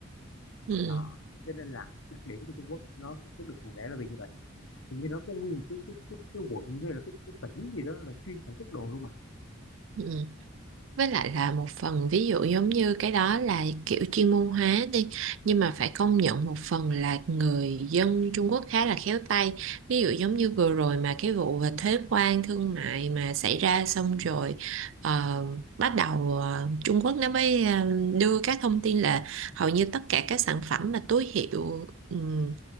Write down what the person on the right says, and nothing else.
ừ,
ừ. Với lại là một phần ví dụ giống như cái đó là kiểu chuyên môn hóa đi nhưng mà phải công nhận
một
phần là người dân Trung Quốc khá là khéo tay ví dụ giống như vừa rồi mà cái vụ về thuế quan thương mại mà xảy ra xong rồi ờ, bắt đầu ờ, Trung Quốc nó mới ờ, đưa các thông tin là hầu như tất cả các sản phẩm mà túi hiệu ừm,